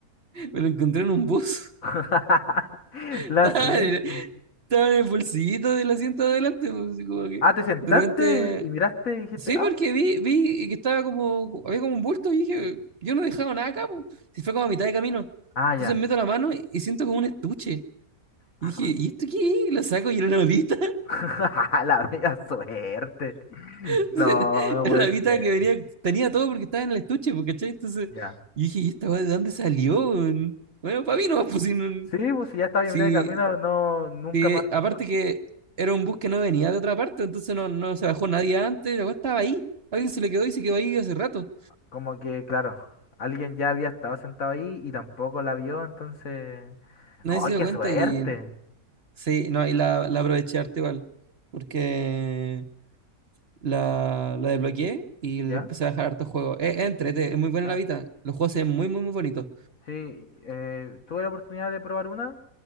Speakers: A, on the right; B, on the left.
A: me la encontré en un bus,
B: <laughs>
A: <laughs>
B: La
A: estaba
B: suerte.
A: en el, estaba en el bolsillito del asiento de adelante, pues, y como que
B: Ah, te sentaste
A: de repente,
B: y, mi- y miraste y dijiste,
A: sí,
B: ah,
A: porque vi, vi que estaba como, había como un bulto y dije, yo no he dejado nada acá, pues, si fue como a mitad de camino,
B: ah,
A: entonces
B: ya.
A: meto la mano y, y siento como un estuche, y
B: Ah,
A: dije,
B: fam-
A: ¿y esto qué? es?". Y lo saco y era una Vita.
B: <laughs> La bella suerte.
A: <laughs>
B: No, no
A: Era
B: puede
A: la
B: ser.
A: Vita que venía, tenía todo porque estaba en el estuche, porque ¿cachai? Entonces,
B: Ya.
A: yo dije, ¿y esta weá de dónde salió? Bueno, para mí no, pues si, no-
B: Sí, pues si ya estaba
A: si,
B: en mitad de camino, no, nunca
A: si-
B: más.
A: aparte
B: con-
A: que era un bus que no venía de otra parte, entonces no, no se bajó nadie antes, la weá estaba ahí. Alguien se le quedó y se quedó ahí hace rato.
B: Como que, claro, alguien ya había estado sentado ahí y tampoco la vio, entonces.
A: Nadie
B: ¡Ay,
A: se dio
B: qué
A: cuenta
B: suerte!
A: y sí, no, y la, la aproveché harto igual, porque la, la desbloqueé y le
B: ¿Ya?
A: empecé a dejar hartos juegos. Es, es entrete, es muy buena
B: eh,
A: la Vita, los juegos se ven muy, muy, muy bonitos.
B: sí, eh, tuve la oportunidad de probar una